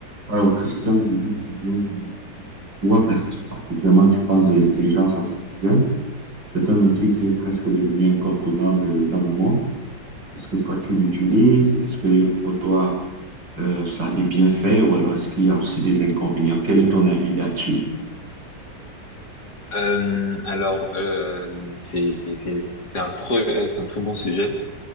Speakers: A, on the right; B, on the left.
A: Alors, Christian, je voudrais savoir euh, pourquoi par- particulièrement tu penses de l'intelligence artificielle. C'est un outil qui est presque devenu incontournable euh, dans le monde. Est-ce que toi, tu l'utilises? Est-ce que pour toi, euh, ça a des bienfaits ou alors est-ce qu'il y a aussi des inconvénients? Quel est ton avis là-dessus?
B: Euh, alors, euh, c'est c'est- c'est un, très- euh, c'est un très bon sujet.